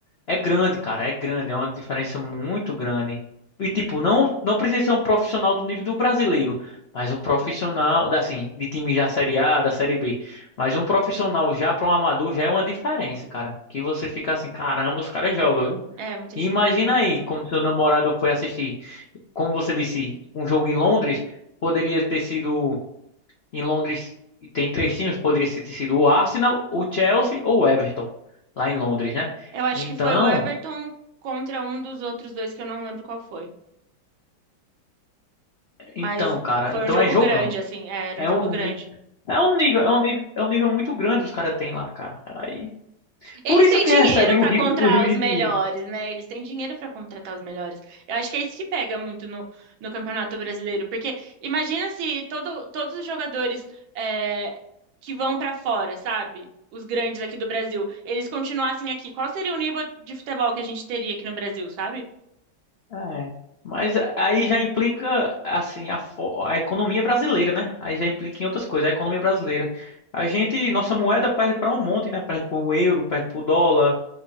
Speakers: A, on the left; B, on the right.
A: É grande, cara, é grande, é uma diferença muito grande. E tipo, não não precisa ser um profissional do nível do brasileiro, mas um profissional, da- assim, de time da Série A, da Série B, mas um profissional já para um amador já é uma diferença, cara. Que você fica assim, caramba, os caras jogam, viu?
B: É, muita
A: E
B: diferença.
A: imagina aí como seu namorado foi assistir, como você disse, um jogo em Londres, poderia ter sido em Londres e tem três times, poderia ter sido o Arsenal, o Chelsea ou o Everton lá em Londres, né?
B: Eu acho
A: Então,
B: que foi o Everton contra um dos outros dois que eu não lembro qual foi. Mas
A: Então, cara,
B: foi
A: então
B: um jogo
A: é jogão.
B: grande, assim, é, era
A: É
B: um jogo
A: um, ni-
B: grande.
A: é um nível, é um nível, é um nível muito grande os caras têm lá, cara. Aí,
B: Eles
A: por isso
B: têm
A: que
B: dinheiro
A: recebem
B: pra
A: o rio,
B: comprar
A: o rio
B: os
A: de
B: melhores,
A: dinheiro.
B: né? Eles têm dinheiro pra contratar os melhores. Eu acho que é isso que pega muito no, no Campeonato Brasileiro, porque imagina se todo, todos os jogadores é, que vão pra fora, sabe? Os grandes aqui do Brasil, eles continuassem aqui. Qual seria o nível de futebol que a gente teria aqui no Brasil, sabe?
A: É. Mas aí já implica assim a, fo- a economia brasileira, né? Aí já implica em outras coisas, a economia brasileira. A gente, nossa moeda perde para um monte, né? Perde pro euro, perde pro dólar,